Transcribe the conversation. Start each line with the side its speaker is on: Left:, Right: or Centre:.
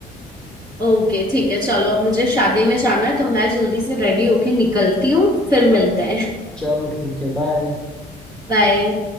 Right: ओके ठीक है चलो अब मुझे शादी में जाना है तो मैं जल्दी से रेडी होके निकलती हूँ फिर मिलते हैं
Centre: चलो ठीक है बाय
Right: <laughs> बाय